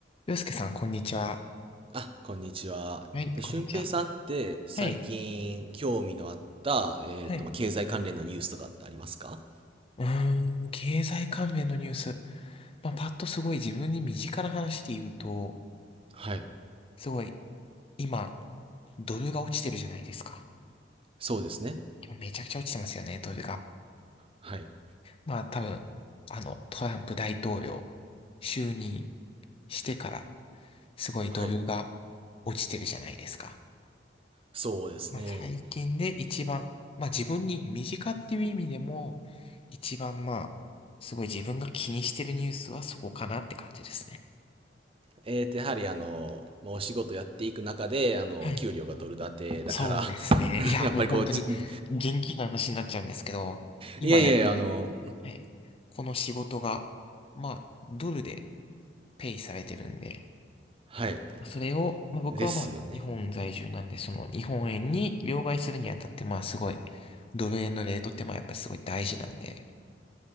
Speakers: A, on the left (about 30°); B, on the right (about 30°).
A: 洋介さん、こんにちは。
B: あ、こんにちは。
A: はい、
B: と俊平さんって最近興味のあった、
A: こんにちは。はい。
B: えっと、
A: はい。
B: まあ、経済関連のニュースとかってありますか
A: うーん、経済関連のニュース。まあ、パッとすごい自分に身近な話で言うと、
B: はい。
A: すごい、今、ドルが落ちてるじゃないですか。
B: そうですね。
A: 今めちゃくちゃ落ちてますよね、ドルが。
B: はい。
A: まあ、多分、あの、トランプ大統領、就任してから、すごいドルが
B: はい。
A: 落ちてるじゃないですか。
B: そうですね。
A: まあ、最近で一番、まあ自分に身近っていう意味でも、一番まあ、すごい自分が気にしてるニュースはそこかなって感じですね。
B: えっと、やはりあの、まあ、お仕事やっていく中で、あの、
A: はい。
B: 給料がドル建てだから、
A: そうですね。
B: <laughs>
A: いや、
B: やっぱりこう、
A: もう本当に元気な話になっちゃうんですけど、
B: じ、<laughs> うん
A: 今やってる、
B: いやいやいや、あの、
A: はい。この仕事が、まあ、ドルでペイされてるんで、
B: はい。
A: それを、まあ僕はまあ、
B: ですよね。
A: 日本在住なんで、その日本円に両替するにあたって、まあすごい、ドル円のレートってまあやっぱすごい大事なんで、